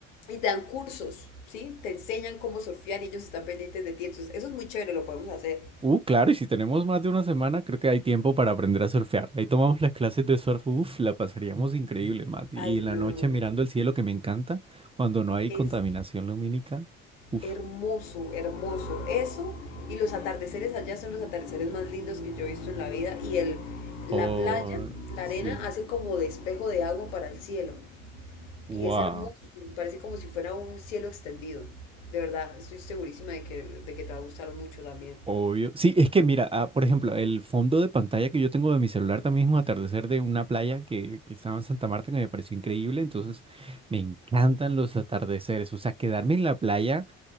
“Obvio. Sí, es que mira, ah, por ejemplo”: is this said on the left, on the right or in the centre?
Right